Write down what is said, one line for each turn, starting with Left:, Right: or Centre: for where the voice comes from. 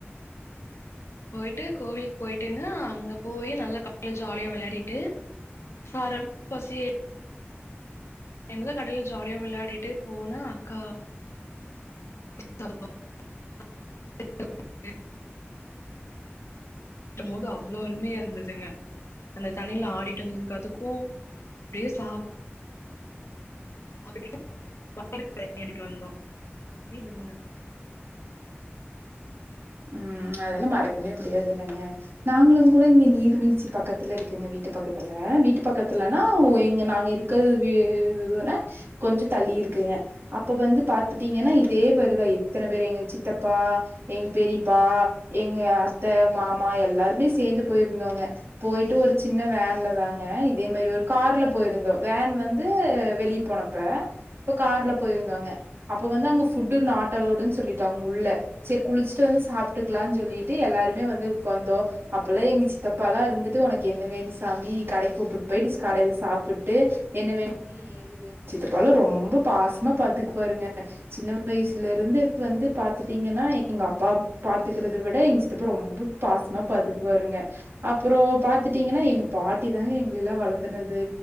Right: <inaudible>
Left: போயிட்டு கோவிலுக் போய்ட்டுங்க அங்க போயி நல்லா கடல்ல ஜாலியா விளயாடிட்டு <unintelligible> எல்லா கடல்ல ஜாலியா விளயாடிட்டு போனா அக்கா <inaudible> மோது அவ்ளோ அரும்யா இருந்ததுங்க அந்த தண்ணில ஆடிட்டுருந்ததுக்கு அதுக்கு அப்டியே சாப் <unintelligible> ஜாலியா இருந்தது
Right: ம் அதெல்லா மறக்கவே முடியாது இல்லங்க நாங்களு கூட இங்க நீர்வீழ்ச்சி பக்கத்துல இருக்குங்க வீட்டு பக்கத்துல வீட்டு பக்கத்துலனா ஒ எங்க நாங்க இரு க்க வீட விட கொஞ்ச தள்ளியிருக்குங்க அப்ப வந்து பாத்துட்டீங்கனா இதே பேருதா இத்தன பேர் எங்க சித்தப்பா எங பெரிப்பா எங்க அத்த மாமா எல்லாருமே சேந்து போயிருந்தோங்க போயிட்டு ஒரு சின்ன வேன்ல தாங்க இதே மாறி ஒரு கார்ல போயிருந்தோ வேன் வந்து வெளிய போன அப்ப இப்ப கார்ல போயிருந்தோங்க அப்ப வந்து அங்க ஃபுட்டு் நாட் அலோடுன்னு சொல்லிட்டாங்க உள்ள சேரி குளிச் சிட்டு வந்து சாப்ட்டுக்கலாம்னு சொல்லிட்டு எல்லாருமே வந்து உக்காந்தோ அப்பெல்லா எங்க சித்தப்பாலா இருந்துட்டு உனக்கு என்ன வேணு சாமி கடைக்கு கூப்புட்டு போயிட்டு கடைல சாப்புட்டு என்ன வேணு சாமி இதுவே சித்தப்பாலா ரொம்ப பாசமா பாத்துப்பாருங்க சின்ன வயசுலருந்து வந்து பாத்துட்டீங்கனா எங்க அ ப்பா பாத்துக்கறத விட எங்க சித்தப்பா ரொம்ப பாசமா பாத்துக்வாருங்க அப்றோ பாத்துட்டீங்கனா எங்க பாட்டி தாங்க எங்களல்லா வளத்துனது